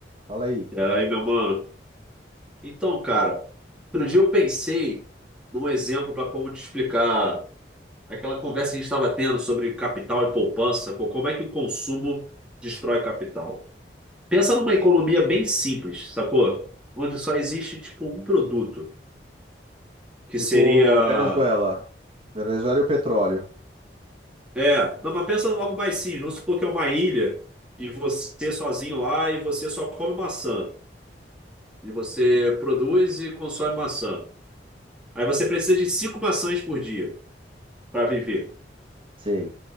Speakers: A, on the right (about 30°); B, in the centre.
A: Fala aí.
B: E aí, meu mano? Então, cara, outro dia eu pensei num exemplo para como te explicar aquela conversa que a gente estava tendo sobre capital e poupança, co- como é que o consumo destrói capital. Pensa numa economia bem simples, sacou? Onde só existe, tipo, um produto, que
A: Tipo,
B: seria...
A: Venezuela. Venezuela e o petróleo.
B: É, não, mas pensa em algo mais simples. Vamos supor que é uma ilha e você sozinho lá e você só come maçã. E você produz e consome maçã. Aí você precisa de cinco maçãs por dia. para viver.
A: Sei.